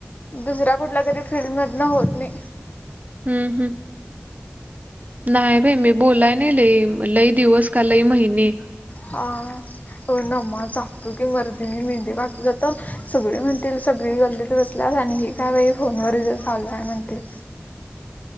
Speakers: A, on the left (about 40°); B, on the right (about 40°).
A: दुसऱ्या कुठल्या तरी फिल्ड मधन होत नाही.
B: हम्म हम्. नाही बाई मी बोलाय नाही लई, लई दिवस का लई महिने.
A: हा. हो नम् जातो की मर्दीने, मी मेहंदे काढतो जातो, सगळे म्हणतील सगळी गल्ली <unintelligible> काय बाई फोनवर हीच चालू आहे म्हणतील.